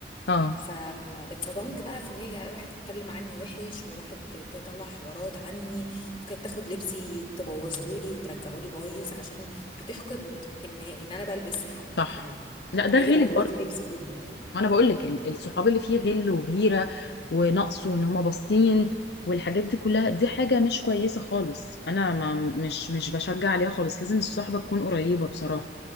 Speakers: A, on the left (about 70°); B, on the left (about 30°).
A: اه
B: فاتصدمت بقى في ان هي راحت تتكلم عني وحش وراحت تطلع حوارات عني وكانت تاخد لبسي تبوظهولي وترجعهولي بايظ عشان بتحقد ان ان انا بلبس حتى
A: صح
B: حلو
A: لا
B: فعايزه
A: ده غل
B: تبوظ
A: برضه
B: لي لبسي كله
A: ما انا بقول لك ال- الصحاب اللي فيه غل وغيره ونقص وان هما باصين والحاجات دي كلها دي حاجه مش كويسه خالص انا ما مش مش بشجع عليها خالص لازم الصحبه تكون قريبه بصراحه